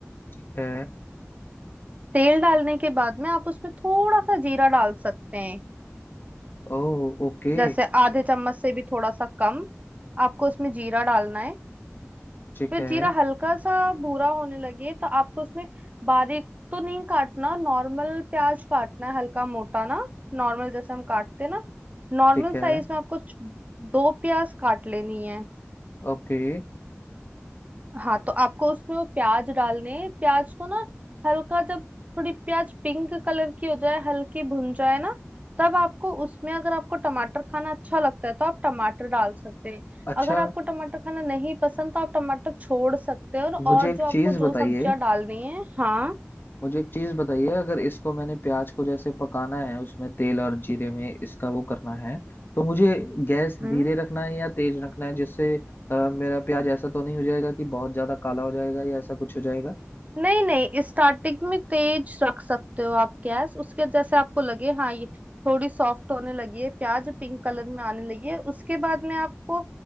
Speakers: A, on the left (about 45°); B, on the right (about 30°).
A: ठीक है
B: तेल डालने के बाद में आप उसमें थोड़ा सा जीरा डाल सकते हैं
A: ओ ओके
B: जैसे आधे चम्मच से भी थोड़ा सा कम आपको उसमें जीरा डालना है
A: ठीक
B: फिर
A: है
B: जीरा हल्का सा भूरा होने लगे तो आपको उसमें बारीक तो नहीं काटना नॉर्मल प्याज काटना है हल्का मोटा ना नॉर्मल जैसे हम काटते ना नॉर्मल
A: ठीक है
B: साइज में आपको छ- दो प्याज काट लेनी है
A: ओके
B: हाँ तो आपको उसमें वो प्याज डालने हैं। प्याज को ना हल्का जब थोड़ी प्याज पिंक कलर की हो जाए हल्की भुन जाए ना तब आपको उसमें अगर आपको टमाटर खाना अच्छा लगता है तो आप टमाटर डाल सकते हैं
A: अच्छा
B: अगर आपको टमाटर खाना नहीं पसंद तो आप टमाटर छोड़ सकते हैं और और
A: मुझे एक
B: जो आपको
A: चीज
B: जो
A: बताइए
B: सब्जियां डालनी है हाँ
A: मुझे एक चीज बताइए अगर इसको मैंने प्याज को जैसे पकाना है उसमें तेल और जीरे में इसका वो करना है तो मुझे गैस
B: हम्म
A: धीरे रखना है या तेज रखना है जिससे अ, मेरा प्याज ऐसा तो नहीं हो जाएगा कि बहुत ज्यादा काला हो जाएगा या ऐसा कुछ हो जाएगा
B: नहीं नहीं स्टार्टिंग में तेज रख सकते हो आप गैस उसके जैसे आपको लगे हाँ ये थोड़ी सॉफ्ट होने लगी है प्याज पिंक कलर में आने लगी है उसके बाद में आपको